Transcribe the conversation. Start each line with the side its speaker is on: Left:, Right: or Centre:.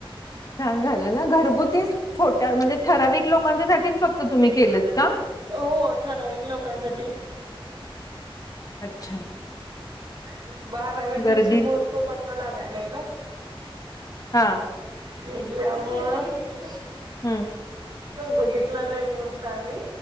Left: छान झालं ना! घरगुती छोट्या म्हणजे ठराविक लोकांच्या साठीच फक्त तुम्ही केलंत का?
Right: हो ठराविक लोकांसाठी.
Left: अच्छा!
Right: <inaudible> बाराव्या दिवशी
Left: गर्दी
Right: मूर्त बघावा लागत नाही ना!
Left: हा
Right: त्या मूळ
Left: हम्म
Right: बघितलं नाही मुहूर्त आम्ही.